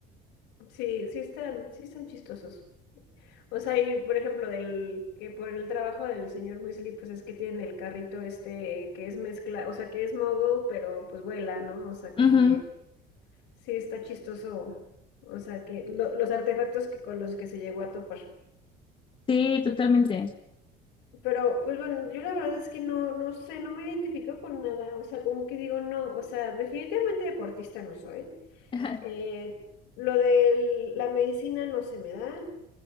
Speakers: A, on the left; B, on the left.
A: Sí, sí están, sí están chistosos. O sea, y por ejemplo, del que por el trabajo del señor Weasley, pues es que tiene el carrito este que es mezcla, o sea, que es mogul, pero pues vuela, ¿no? O sea, como
B: Ujú.
A: que sí está chistoso. O sea, que lo- los artefactos que con los que se llegó a topar.
B: Sí, totalmente.
A: Pero, pues bueno, yo la verdad es que no, no sé, no me identifico con nada. O sea, como que digo, no, o sea, definitivamente deportista no soy.
B: Ajá.
A: Eh, lo de la medicina no se me da.